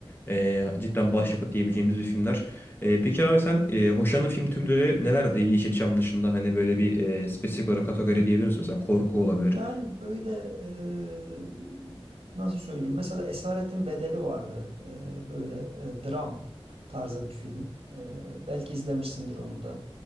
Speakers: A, on the left; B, on the right.
A: e, cidden başyapıt diyebileceğimiz bir filmler. E, peki abi sen e, hoşlandığın film türleri nelerdi Yeşilçam dışında? Hani böyle bir e, spesifik olarak kategori diyebilir misin? Mesela korku olabilir.
B: Yani böyle eee, nasıl söyleyeyim? Mesela Esaretin Bedeli vardı. Eee, böyle eee, dram tarzı bir film. Eee, belki izlemişsindir onu da.